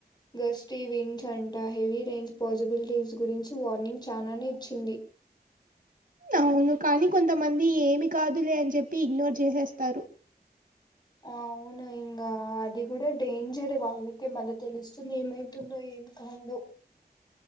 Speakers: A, on the left (about 25°); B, on the right (about 55°).
A: గస్తి విండ్స్ అంటా హెవీ రేంజ్ పాజిబిలిటీస్ గురించి వార్నింగ్ చానానే ఇచ్చింది
B: అవును కానీ కొంతమంది ఏమి కాదులే అని చెప్పి ఇగ్నోర్ చేసేస్తారు
A: ఆ అవును ఇంగా అది కూడా డేంజరే వాళ్ళకే మళ్ళీ తెలుస్తుంది ఏమైతుందో ఏమి కందు